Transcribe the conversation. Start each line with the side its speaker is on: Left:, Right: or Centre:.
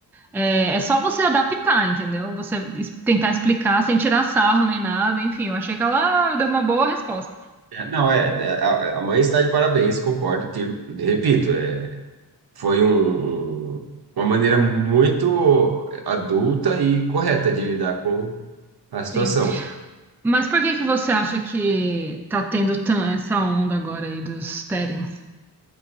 Centre: É, é só você adaptar, entendeu? Você es- tentar explicar sem tirar sarro nem nada. Enfim, eu achei que ela deu uma boa resposta.
Right: É, Não, é, né, a, a mãe está de parabéns, concordo, te- repito, é, foi um, uma maneira muito adulta e correta de lidar com a situação.
Centre: Sim. Mas por que que você acha que tá tendo tan- essa onda agora aí dos Therians?